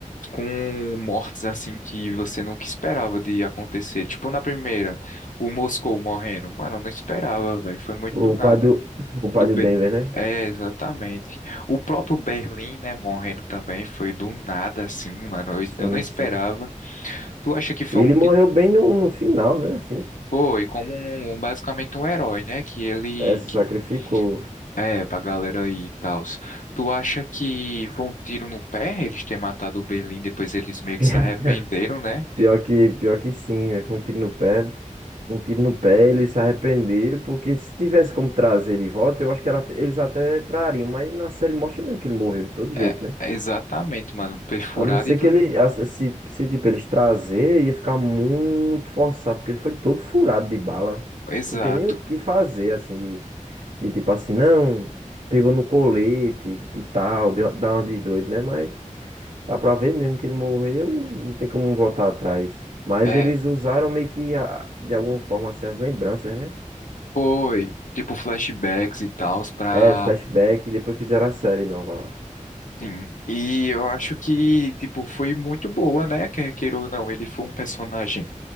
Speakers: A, on the left; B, on the right.
A: com mortes assim que você nunca esperava de acontecer. Tipo na primeira, o Moscou morrendo. Mano, eu não esperava, velho. Foi muito
B: O
A: do nada.
B: pai do, o pai
A: Do
B: do
A: B.
B: Denver, né?
A: É, exatamente. O próprio Berlim, né, morrendo também foi do nada assim, mano. Eu,
B: Sim,
A: eu não esperava.
B: sim.
A: Tu acha que foi
B: E ele
A: um ti-
B: morreu bem no, no final, né? Assim,
A: foi como um, um, basicamente um herói, né, que ele
B: é, se
A: que
B: sacrificou.
A: É, pra galera aí e tal. Tu acha que foi um tiro no pé eles terem matado o Berlim, depois eles meio que
B: <laughs>
A: se arrependeram, né?
B: Pior que, pior que sim, velho. Foi um tiro no pé. Um tiro no pé, eles se arrependeram, porque se tivesse como trazer de volta, eu acho que ela- eles até trariam, mas na série mostra mesmo que ele morreu de todo jeito,
A: É,
B: né?
A: é exatamente, mano. Perfurado
B: A não ser
A: e tudo.
B: que ele,
A: mais.
B: a- se, se tipo, eles trazer, ia ficar muito forçado, porque ele foi todo furado de bala.
A: Exato.
B: Não tem nem o que fazer, assim, de, de tipo assim, não, pegou no colete e tal, deu, dá uma de doido, né? mas Dá pra ver mesmo que ele morreu e não tem como voltar atrás. Mas
A: É,
B: eles usaram meio que a- de alguma forma assim, as lembranças, né?
A: foi. Tipo, flashbacks e tal, pra.
B: É, flashback e depois fizeram a série nova lá.
A: Sim. E eu acho que, tipo, foi muito boa, né? Quer queira ou não, ele foi um personagem